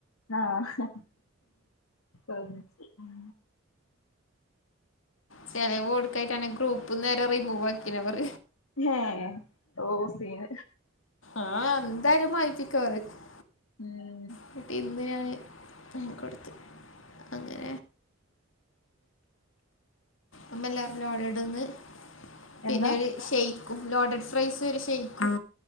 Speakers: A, on the left; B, on the left.
A: ആഹ് ഉം ഉം
B: ചെലവൊടുക്കാഞ്ഞിട്ടാണ് ഗ്രൂപ്പ്ന്നെരെ റിമൂവ് ആക്കീനവർ.
A: ഹേ ഓ സീൻ.
B: ആഹ് ന്തായാലും <unintelligible>
A: ഉമ്
B: <unintelligible> ന്ന് ഞാന് വാങ്ങി കൊടുത്ത്. അങ്ങനെ. അമ്മേല്ലാരും ലോഡഡ്‌ ന്ന്. പിന്നെ
A: എന്താ
B: ഒരു. ഷൈക്കും ലോട്ടർ ഫ്രൈസും ഒരു ഷൈക്കും.